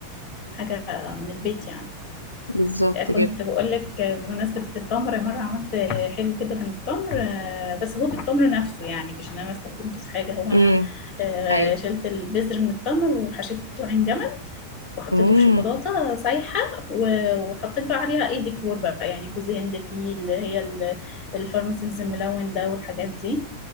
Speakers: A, on the left; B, on the left.
A: حاجة من البيت يعني
B: بالظبط كده
A: كنت بقول لك بمناسبة التمر مرة عملت حلو كده من التمر آه، بس هو بالتمر نفسه يعني مش ان انا استخدمته في حاجة هو انا
B: امم
A: آه،
B: ايوه
A: شلت البذر من التمر وحشيته عين جمل وحطيته
B: امم
A: في شوكولاتة سايحة و- وحطيت بقى عليها ايه ديكور بقى يعني كوز هند فيه اللي هي ال- الفارماسيز الملون ده والحاجات دي